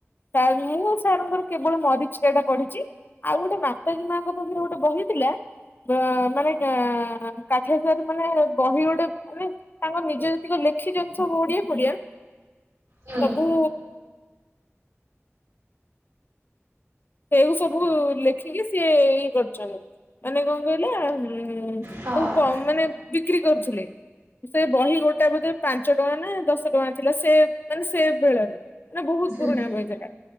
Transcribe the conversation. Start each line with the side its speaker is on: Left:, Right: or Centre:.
Left: ଟାଇମ ହେଇନି ସାରଙ୍କର କେବଳ ମରିଚଟା ପଢିଛି ଆଉ ଗୋଟେ ମାତାଜୀ ମାଙ୍କ ପାଖରେ ଗୋଟେ ବହି ଥିଲା ଅ ମାନେ କାଠେଶର ମାନେ ବହି ଗୋଟେ ମାନେ ତାଙ୍କ ନିଜ ଯେତିକ ଲେଖିଛନ୍ତି ସବୁ ଓଡିଆ ଫୋଡିଆ
Right: ହୁଁ,
Left: ସବୁ ସେଉ ସବୁ ଲେଖିକି ସିଏ ଇଏ କରଛନ୍ତି ମାନେ କଣ କହିଲା ଉ <unintelligible>
Right: ହଁ।
Left: ସବୁ ମାନେ ବିକ୍ରି କରୁଥିଲେ। ସେ ବହି ଗୋଟା ବୋଧେ ପାଞ୍ଚ ଟଙ୍କା ନା ଦଶ ଟଙ୍କା ଥିଲା ସେ ମାନେ ସେ ବେଳରେ। ମାନେ ବହୁତ
Right: ହୁଁ,
Left: ପୁରୁଣା ବହି ସେଟା